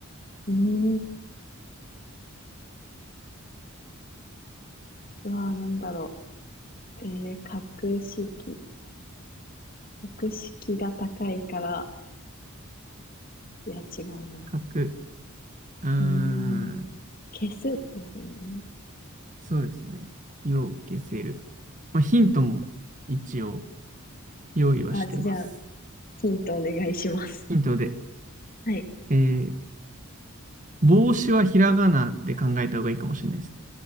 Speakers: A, on the left (about 40°); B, on the right (about 35°).
A: うーん。うわー、なんだろう。えー、格式。格式が高いから、いや、違うな。
B: <laughs> 書く。うーん、
A: うーん。消すですもんね。
B: そうですね。火を消せる。まあ、ヒントも一応用意はしてます。
A: あ、じゃあ、ヒントお願いします。
B: ヒントで、
A: <laughs> はい。
B: えー、帽子はひらがなで考えた方がいいかもしれないですね。